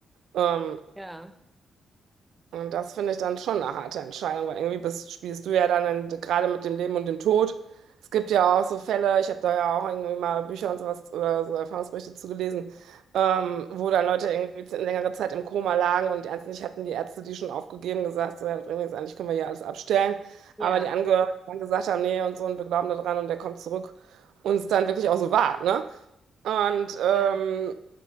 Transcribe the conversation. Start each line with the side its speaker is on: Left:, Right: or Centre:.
Right: Ähm,
Centre: Ja,
Right: und das finde ich dann schon eine harte Entscheidung, weil irgendwie bist, spielst du ja dann in, gerade mit dem Leben und dem Tod. Es gibt ja auch so Fälle, ich habe da ja auch irgendwie mal Bücher und sowas oder so Erfahrungsberichte zugelesen, ähm, wo dann Leute irgendwie z- längere Zeit im Koma lagen und ernstlich hatten die Ärzte die schon aufgegeben, gesagt, so, ja, das bringt nichts, eigentlich können wir hier alles abstellen.
Centre: ja,
Right: Aber die Angehörigen dann gesagt haben, nee und so und wir glauben da dran und der kommt zurück und es dann wirklich auch so war, ne? Und ähm,
Centre: ja,